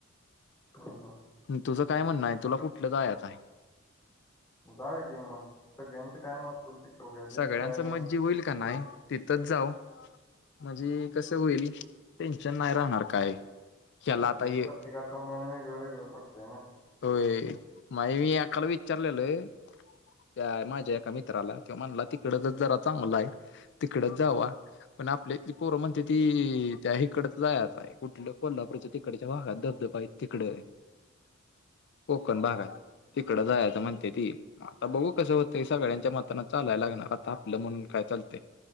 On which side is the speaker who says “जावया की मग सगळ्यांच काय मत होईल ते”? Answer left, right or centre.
Left